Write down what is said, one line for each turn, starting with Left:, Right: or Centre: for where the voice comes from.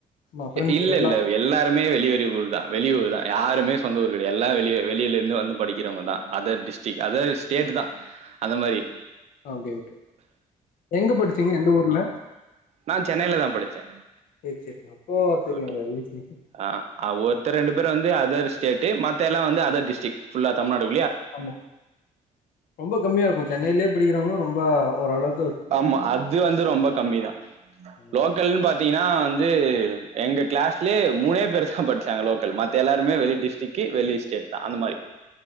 Left: ஆமா ஃப்ரெண்ட்ஸ்
Right: இல்ல
Left: எல்லா
Right: இல்ல எல்லாருமே வெளிவரி ஊர் தா வெளியூர் தா யாருமே சொந்த ஊர் கடையா எல்லா வெளிய வெளிலெந்து வந்து படிக்கிறவுங்க தா அதர் டிஸ்ட்ரிக் அதர் ஸ்டேட்டு தா அந்த மாரி
Left: ஓகே ஓகே எங்க படுச்சீங்க எந்த ஊர்ல
Right: நா சென்னைல தா படிச்சே
Left: சரி சரி அப்போ தெரியு
Right: ஒகே
Left: அது ஈஸி
Right: ஆ அ ஒருத்தர் ரெண்டு பேரு வந்து அதர்ஸ் டேட்டு மத்த எல்லா வந்து அதர் டிஸ்ட்ரிக் ஃபுல்லா தமிழ்நாடு
Left: ஆமா ரொம்ப கம்மியா இருக்கு சென்னைலே படிக்கிறவ்ங்க ரொம் ம்ப ஓரளவு
Right: ஆமா அது வந்து ரொம்ப கம்மிதா
Left: ஆமா
Right: லோக்கல்னு பாத்தீங்கனா வந்து எங்க கிளாஸ்லே மூனே பேரு தா பட்ச்சாங்க லோக்கல் மத்த எல்லாருமே வெளி டிஸ்ட்ரிக்கு வெளி ஸ்டேட் தான். அந்த மாரி.